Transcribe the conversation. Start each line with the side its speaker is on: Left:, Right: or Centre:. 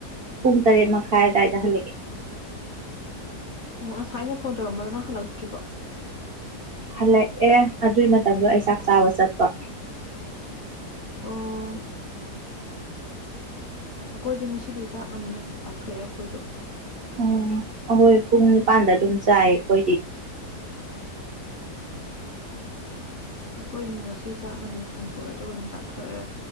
Right: ꯄꯨꯡ ꯇꯔꯦꯠ ꯃꯈꯥꯏ ꯑꯋꯥꯏꯗ ꯍꯜꯂꯛꯑꯦ
Left: ꯎꯨ ꯉꯁꯥꯏ ꯑꯩꯅ ꯐꯣꯟ ꯇꯧꯔꯝꯕꯗꯨꯣ ꯅꯪ ꯍꯜꯂꯛꯇ꯭ꯔꯤꯕꯣ
Right: ꯍꯜꯂꯛꯑꯦ ꯑꯗꯨꯒꯤ ꯃꯇꯝꯗꯣ ꯑꯩ ꯆꯥꯛ ꯆꯥꯕ ꯆꯠꯄ
Left: ꯑꯣ ꯑꯩꯈꯣꯏꯗꯤ ꯉꯁꯤꯗꯤ ꯆꯥꯛ ꯉꯟꯅ ꯆꯥꯊꯣꯛꯑꯦ ꯑꯩꯈꯣꯏꯁꯨ
Right: ꯎꯨꯝ ꯑꯩꯈꯣꯏ ꯄꯨꯡ ꯅꯤꯄꯥꯥꯟꯗ ꯑꯗꯨꯝ ꯆꯥꯏ ꯑꯩꯈꯣꯏꯗꯤ
Left: ꯑꯩꯈꯣꯏꯅ ꯉꯁꯤ ꯆꯥꯛ ꯉꯟꯅ ꯊꯣꯡꯇꯣꯛꯑꯦ ꯑꯗꯨꯒ ꯑꯗꯨꯝ ꯆꯥꯊꯣꯛꯑꯦ